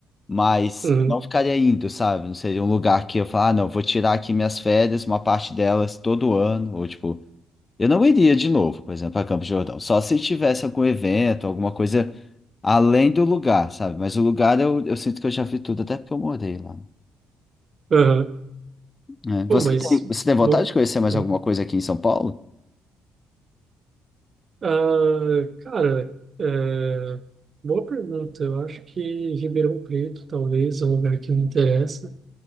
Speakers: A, on the left; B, on the right.
A: mas
B: Uhum.
A: eu não ficaria indo, sabe? Não seria um lugar que eu falar, ah, não, vou tirar aqui minhas férias, uma parte delas todo ano, ou tipo, eu não iria de novo, por exemplo, a Campos do Jordão, só se tivesse algum evento, alguma coisa Além do lugar, sabe? Mas o lugar eu, eu sinto que eu já vi tudo, até porque eu morei lá.
B: Aham.
A: É. Você
B: Pô, mas
A: tem, você tem vontade
B: bom.
A: de conhecer mais
B: Uhum.
A: alguma coisa aqui em São Paulo?
B: Ah, cara, é, boa pergunta. Eu acho que Ribeirão Preto talvez é um lugar que me interessa.